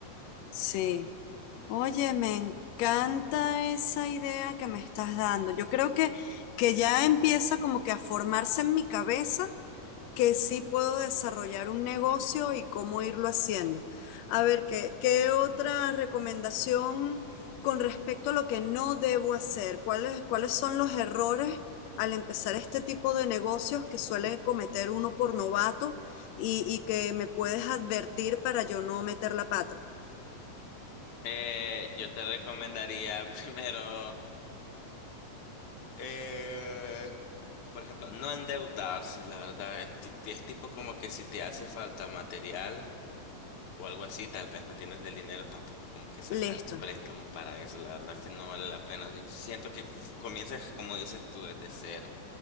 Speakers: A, on the left; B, on the left.
A: Sí. Oye, me encanta esa idea que me estás dando. Yo creo que, que ya empieza como que a formarse en mi cabeza que sí puedo desarrollar un negocio y cómo irlo haciendo. A ver, ¿qué, qué otra recomendación con respecto a lo que no debo hacer? ¿Cuáles, cuáles son los errores al empezar este tipo de negocios que suele cometer uno por novato y, y que me puedes advertir para yo no meter la pata?
B: Eh, yo te recomendaría <laughs> primero, eh, por ejemplo, no endeudarse, la verdad. Es, ti- es tipo como que si te hace falta material. o algo así, tal vez no tienes el dinero tampoco como que sacar
A: Listo,
B: un préstamo para eso, la verdad que no vale la pena. Yo siento que comienzas, como dices tú, desde cero,